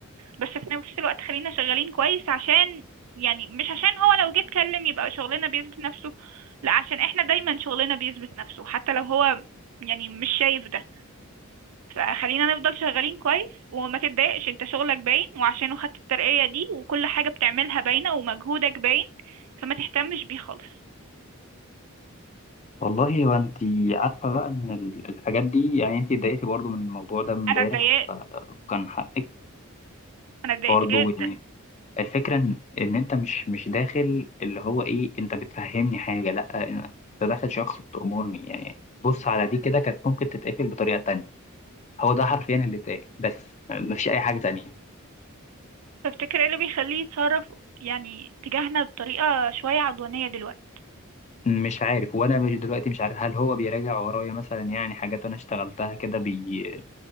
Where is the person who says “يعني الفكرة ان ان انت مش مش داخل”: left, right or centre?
Left